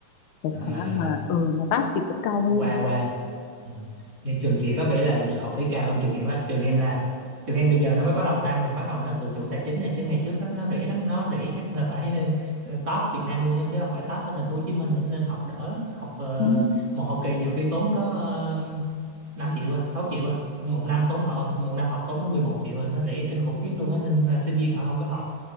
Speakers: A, on the left (about 75°); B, on the right (about 35°).
A: cái
B: à,
A: khả năng mà ờ mà pass thì cũng cao hơn
B: qua qua Ừ. Vậy trường chị có vẻ là học phí cao hơn trường em á trường em là trường em bây giờ nó mới bắt đầu tăng nè bắt đầu nó tự chủ tài chính này chứ ngày trước á, nó rẻ lắm nó rẻ chắc là phải ờ, top Việt Nam luôn á chứ không phải top ở thành phố Hồ Chí Minh nữa nên học đỡ lắm học ờ,
A: ừ,
B: một học kỳ nhiều khi tốn có ờ, 5 triệu à, 6 triệu à một năm tốn họ một năm học tốn có 11 triệu à nó rẻ kinh khủng khiếp luôn á nên là sinh viên họ không có học